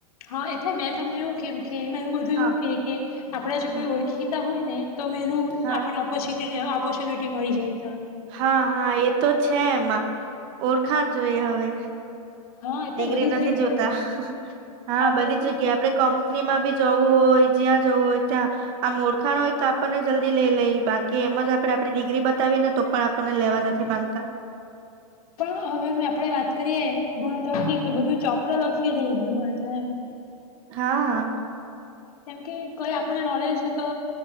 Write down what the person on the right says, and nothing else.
હા
હમ
હા
હા હા એ તો છે એમાં ઓળખાવ જોઈએ હવે
ડિગ્રી
નથી
જોતા હા
બધી
જગ્યા આપડે કંપનીમાં બી જવું હોય જ્યાં જવું હોય ત્યાં આમ ઓળખાણ હોય તો આપણને જલ્દી લેઈ લેય બાકી એમ જ આપણે આપડી ડિગ્રી બતાવી ન તો પણ આપણને લેવા નથી માંગતા.
હા.